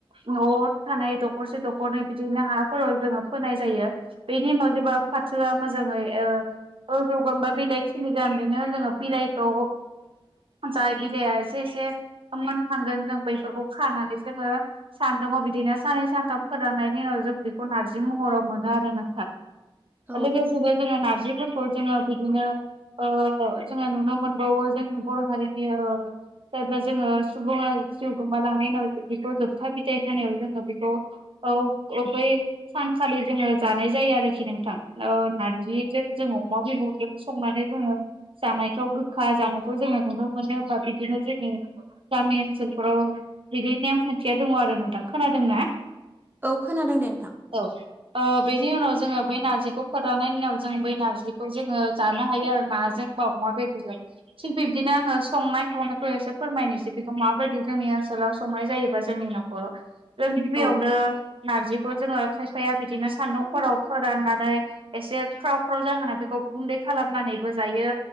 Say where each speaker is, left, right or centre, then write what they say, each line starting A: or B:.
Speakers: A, on the right; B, on the right.
A: न'आव थानाय दखरसे दख'रनै बिदिनो हाफोराव जोङो फोनाय जायो बेनि उनाव जेब्ला फाथोआ मोजाङै ओ जौगाबाद बिलाइ खिलिगोन बेनो जोङो बिलाइखौ जाय बिलाइआ एसे एसे मोननांगोन जों बैफोरखौ खानानै जोङो सानदुंआव बिदिनो साननै सानथाम फोराननायनि उनाव जों बेखौ नारजि महराव मोनो आरोना
B: औ
A: <unintelligible> लोगोसेनो जोंङो नारजिफोरखौ जोङो बिदिनो ओ जोङो नुनो मोनबावो जोंनि बर' हारिनि ओ जेब्ला जोङो सुबुङा जिउ गोमालांनायनि उनाव बेखौ जोबथा बिदाइ होनायाव जोङो बेखौ औ अबै सानखालि जोङो जानाय जायो आरोखि नोंथां नारजिजों जों अमा बिबु जों संनानै जोङो जानायखौ गोखा जानायखौ जोङो नुनो मोनो बा बिदिनो जोंनि गामि ओनसोलफोराव बिदि नेमखान्थिया दङ आरो ना दा खोनादोंना
B: औ खोनादों दे नोंथां
A: औ ओ बेनि उनाव जोङो बै नारजिखौ फोराननायनि उनाव जों बै नारजिखौ जोङो जानो हायो आरोना जेनेबा अमा बेदरजों थिग बिब्दिनो आङो संनाय खावनायखौ एसे फोरमायनोसै बेखौ माबायदि जोंनि ओनसोलाव संनाय जायोबा जोंनि न'ख अ जों गिबियावनो
B: औ
A: नारजिखौ जोङो खायफाया बिदिनो सान्दुंफोराव फोराननानै एसे ख्राव ख्राव जाहोना बेखौ गुन्दै खालामनानैबो जायो